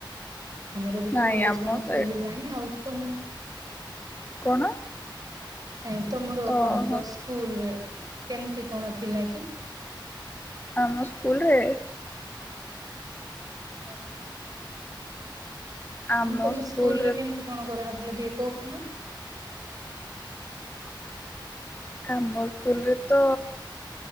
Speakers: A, on the right (about 50°); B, on the left (about 20°).
A: ଆମର ବି
B: ନାଇଁ
A: ତ କଲେଜ
B: ଆମ
A: କଣ
B: ସାଇ
A: ଖୋଲିଲାଣି ଆଉ ତ ମୁ
B: କଣ?
A: ନାଇଁ ତମର
B: ଓହୋ
A: କଣ ତ ସ୍କୁଲ ରେ କେମିତି କଣ ଥିଲା କି?
B: ଆମ ସ୍କୁଲ ରେ
A: କପ <unintelligible>
B: ଆମ
A: ଆଉ ତମ
B: ସ୍କୁଲରେ
A: ସ୍କୁଲ ରେ କେମିତି କଣ କରାହଉଥିଲା ଟିକେ କପ ନ? ହଁ <inaudible>
B: ଆମ ସ୍କୁଲ ରେ ତ,